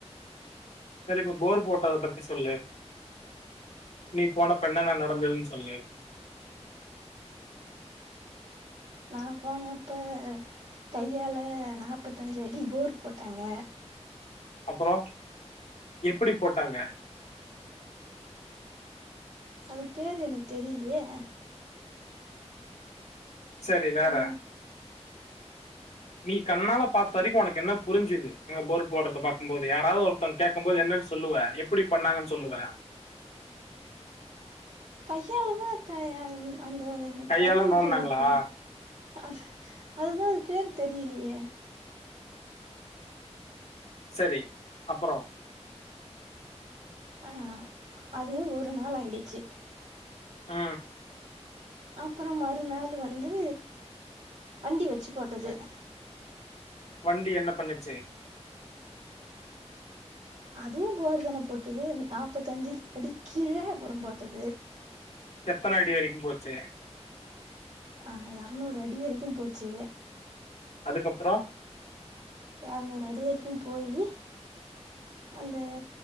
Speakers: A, on the left; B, on the right.
A: செரி இப்ப போர் போட்டத பத்தி சொல்லு நீ போன அப்ப என்னென்ன நடந்ததுன் சொல்லு
B: நா போன அப்ப கையால நாற்பத்தஞ்சு அடி போர் போட்டாங்க
A: அப்பறோ எப்டி போட்டாங்க
B: அது பேரு எனக்கு தெரியிலியே
A: செரி வேற
B: ம்
A: நீ கண்ணால பாத்த வரைக்கு உனக்கு என்னப் புருஞ்சுது அ போர் போடுறதா பாக்கும்போது யாராவது ஒரு த்தங் கேக்கம் போது என்னன் சொல்லுவ எப்டி பண்ணாங்கன் சொல்லுவ
B: கையாலதா கையால் அந்த
A: கையால
B: கருவி
A: நோண்டாங்களா
B: பேரு தெரியா து அதுதா அது பேரு தெரியிலியே
A: செரி அப்பறோ
B: ஆ அதுவே ஒரு நாள் ஆயிடுச்சு
A: அ
B: அப்பறோ மறுநாள்ளு வந்து வண்டி வெச்சு போட்டது
A: வண்டி என்ன பண்ணுச்சு
B: அதுவும் போர் தான போட்டுது நாப்பத்தஞ்சு அடி கீழ அப்பறம் போட்டது
A: எத்தன அடி வரைக்கும் போச்சு
B: ஆ எரநூறு அடி வரைக்கும் போச்சு
A: அதுக்கப்பறோ
B: எரநூறு அடி வரைக்கும் போயி அந்த